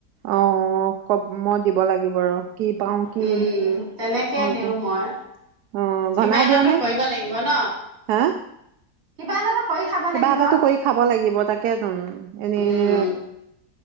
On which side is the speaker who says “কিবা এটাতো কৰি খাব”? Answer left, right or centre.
Right